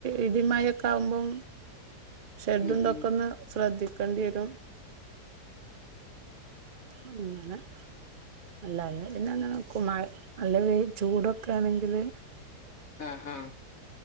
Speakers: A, on the right; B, on the left.
A: ഇടിമ ഒഴക്കെ ആകുമ്പം ഷെഡും
B: ഉം
A: തൊക്കന്ന്
B: ഉം
A: ശ്രദ്ധിക്കും കണ്ടി വരും അങ്ങനെ അല്ലാഞ്ഞ പിന്നെ അങ്ങനെ നിക്കും മഴ നല്ല ചൂടൊക്കെ ആണെങ്കില്
B: ആഹ ആഹ